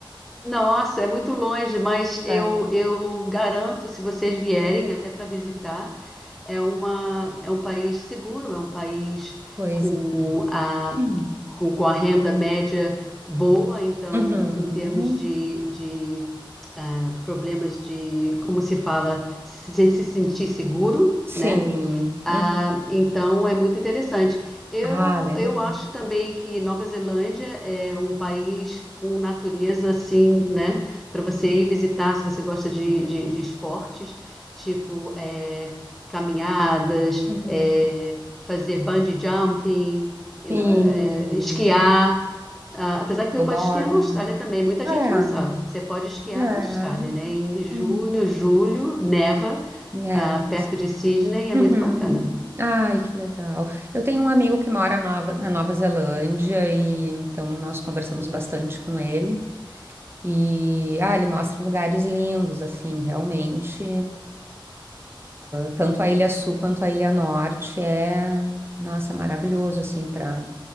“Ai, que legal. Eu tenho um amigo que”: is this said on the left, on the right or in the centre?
Right